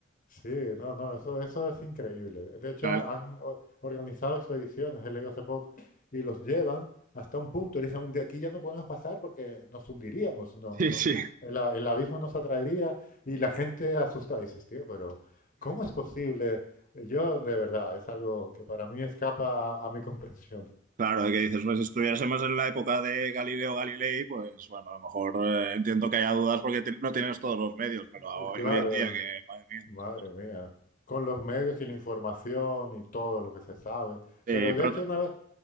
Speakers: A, on the left; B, on the right.
A: Sí, no, no, eso, eso es increíble. De hecho,
B: Claro,
A: han
B: <laughs>
A: o- organizado expediciones, he leído hace poco, y los llevan hasta un punto y dicen, de aquí ya no podemos pasar porque nos hundiríamos, no-
B: sí,
A: nos,
B: sí.
A: el, a- el abismo nos atraería y la gente asustada. Dices, tío, pero ¿cómo es posible? Yo, de verdad, es algo que para mí escapa a, a mi comprensión.
B: Claro, que dices, pues si estuviésemos en la época de Galileo Galilei, pues bueno, a lo mejor eh, entiendo que haya dudas porque te- no tienes todos los medios,
A: <laughs>
B: pero hoy,
A: Claro,
B: hoy en día que, madre mía,
A: madre
B: ¿sabes?
A: mía, con los medios y la información y todo lo que se sabe.
B: Eh,
A: Pero de
B: pero
A: hecho,
B: también,
A: una vez...